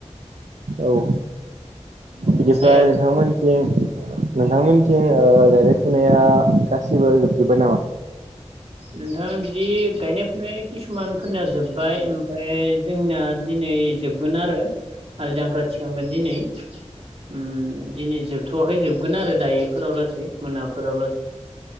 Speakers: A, on the right; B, on the right.
A: औ
B: दंफां
A: बिनिफ्राय
B: सायाफोराव
A: नोंथांमोनथिं नोंथांमोन थिं ओ- गायनाय फुनाया गासिबो जोबजोब्बाय नामा
B: नोंथां बिदि गायनाय फुनाय किसुमानफोरनिया जोब्बाय ओमफ्राय जोंनाया दिनै जोबगोन आरो हल जांख्रा थिखांगोन दिनै उम दिनै जोबथ'वाखै जोबगोन आरो दायोफोराव लासै मोनाफोराव लासै